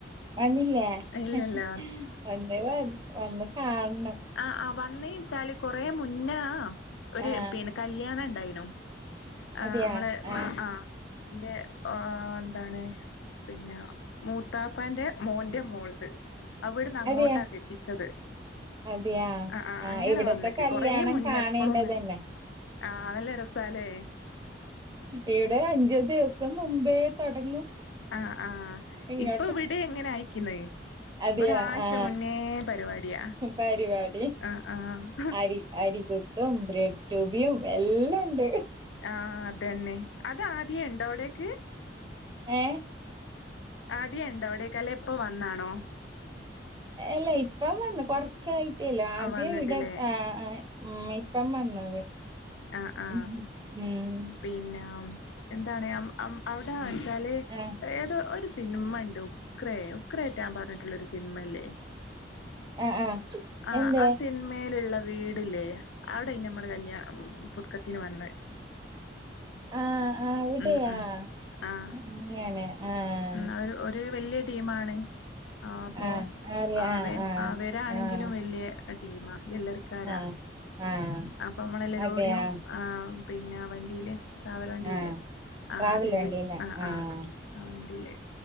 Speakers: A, on the right; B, on the left.
A: വന്നില്ലേ
B: ഇല്ല
A: <unintelligible>
B: ഇല്ല
A: വന്ന് കാണാണം
B: ആ ആ വന്നേച്ചാല് കൊറെ മുന്നേ ഒരു
A: ആഹ്
B: പി കല്യാണം ഇണ്ടായിരുനു ആ
A: അതെയാ
B: നമ്മളെ
A: ആഹ്
B: ആ ആ എന്റെ ആ എന്താണ് പിന്നെ മൂത്താപ്പന്റെ മോൻ മോൾണ്ട് അവിടുന്ന് അങ്ങോട്ടാ
A: അതെയാ
B: കെട്ടിച്ചത്.
A: അതെയാ
B: ആ ആ
A: ആഹ്
B: അങ്ങനെ
A: ഇവിടത്തെ
B: വന്നിക്ക്
A: കല്യാണം
B: കൊറെ മുന്നേ
A: കാണേണ്ടതന്നെ
B: എപ്പോഴും ഒന്നു ആല നല്ല രസ സലേ
A: ഇവിടെ അഞ്ച് ദിവസം മുമ്പേ തോടങ്ങും
B: ആ ആ
A: ഇങ്ങോട്ട്
B: ഇപ്പൊ ഇവിടെ എങ്ങനെ അയക്കുന്നേ
A: അതെയാ
B: ഒരാഴ്ച
A: ആ
B: മുന്നേ പരിപാടിയാ
A: പരിപാടി
B: ആ ആ
A: അരി അരിക്കോത്തും ബ്രെഡ് ടൂ ബിയും എല്ലാം ഇണ്ട്
B: ആ അതന്നെ അത് ആദ്യ ഇണ്ടോ അവിടേക്ക്.
A: ഏ
B: ആദ്യണ്ടോ അവിടേക്കെ അല്ലേ ഇപ്പോ വന്നാണോ
A: അല്ല ഇപ്പം വന്ന് കൊറച്ചായി ട്ടില്ല ആദ്യം
B: ആഹ് വന്നിട്ടില്ലേ
A: ഇവിടെ ആ ആ ഉം ഇപ്പം വന്നത്
B: ആ ആ
A: ഉം ഉം
B: പിന്നാം എന്താണ് അം അം അവിടെന്ന് വെച്ചാല്
A: ആഹ്
B: ഏതോ ഒരു സിനിമ ഉണ്ട് ഉക്ക്രേ ഉക്ക്രേ പറ്റാൻ പറഞ്ഞിട്ടുള്ളരു സിനിമല്ലേ
A: ആഹ് ആഹ്
B: ആ
A: എന്തേ
B: ആ സിനിമയിലുള്ള വീടില്ലേ അവിടെ നമ്മള് കല്യാണം പുതുക ത്തിന് വന്നത്
A: ആ ആ അവിടെയാ
B: ഉം ഉം ആഹ്
A: അങ്ങനെ. ആഹ്
B: ഉം അവര് ഒരു വല്യ ടീമാണ് ആ അപ്പോ
A: ആഹ് അതെ
B: ആവേ
A: ആഹ് ആഹ്
B: ആവേരാണെങ്കിലും
A: ആഹ്
B: വല്ല്യ ടീമാ ജല്ലറിക്കാരാ
A: ആഹ് ആഹ്
B: അപ്പ നമ്മളെല്ലരോടിയും
A: അതെയാ
B: ആ പിന്നെ വണ്ടിയില് ട്രാവലർ വണ്ടില്ലേ
A: ആഹ്
B: ആ
A: ട്രാവൽ
B: അതില്
A: വണ്ടീലാ
B: ആ
A: ആഹ്
B: ആ ആ അതില്